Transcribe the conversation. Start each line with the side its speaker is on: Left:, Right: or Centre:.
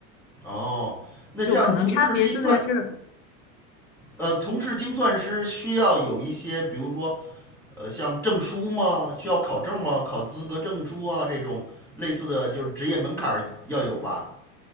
Centre: 哦，那像从事精算，
Left: 就可能差别就在这儿。
Centre: 呃，从事精算师需要有一些，比如说，呃，像证书吗？需要考证吗？考资格证书啊，这种类似的就是职业门槛儿要有吧？